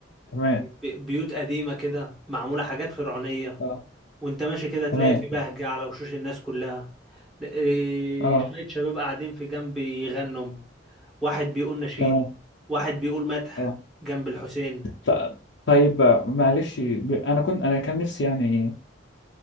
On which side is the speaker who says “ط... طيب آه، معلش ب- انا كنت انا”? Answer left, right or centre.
Left